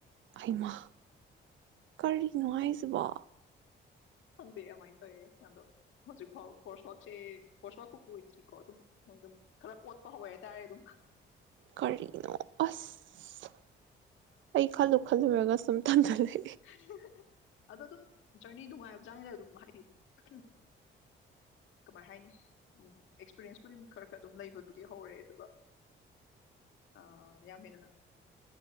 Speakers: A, on the right; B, on the left.
A: ꯍꯩꯃꯥ ꯀꯔꯤꯅꯣ ꯍꯥꯏꯁꯤꯕꯣ
B: ꯈꯪꯗꯦ ꯑꯗꯨꯃꯥꯏꯅ ꯇꯧꯋꯦ ꯑꯗꯣ ꯍꯧꯖꯤꯛ ꯐꯥꯎ ꯀꯣꯔ꯭ꯁ ꯋꯥꯔꯛꯁꯦ ꯀꯣꯔ꯭ꯁ ꯋꯥꯛꯄꯥꯎ ꯑꯣꯏꯗ꯭ꯔꯤꯀꯣ ꯑꯗꯨꯝ ꯃꯣꯏ ꯑꯗꯨꯝ ꯈꯔ ꯑꯣꯠꯄ ꯍꯧꯋꯦ ꯍꯥꯏꯇꯥꯔꯦ ꯑꯗꯨꯝ
A: ꯀꯔꯤꯅꯣ ꯑꯁ ꯑꯩ ꯈꯜꯂꯨ-ꯈꯜꯂꯨꯔꯒ
B: ꯑꯗꯨ
A: ꯁꯨꯝ ꯇꯟ ꯖꯜꯂꯦ
B: <inaudible> ꯑꯗꯣ ꯑꯗꯨꯝ ꯖꯔꯅꯤ ꯅꯨꯡꯉꯥꯏꯕꯖꯥꯅꯤꯗ ꯑꯗꯨꯝ ꯍꯥꯏꯗꯤ ꯎꯝ ꯀꯃꯥꯏ ꯍꯥꯏꯅꯤ ꯎꯝ ꯑꯦꯛꯁꯄꯤꯔꯦꯟꯁꯄꯨꯗꯤ ꯑꯗꯨꯝ ꯈꯔ-ꯈꯔ ꯑꯗꯨꯝ ꯂꯩꯕꯗꯨꯗꯤ ꯍꯧꯔꯛꯑꯦ ꯑꯗꯨꯒ ꯑꯥ ꯌꯥꯝ ꯍꯦꯟꯅ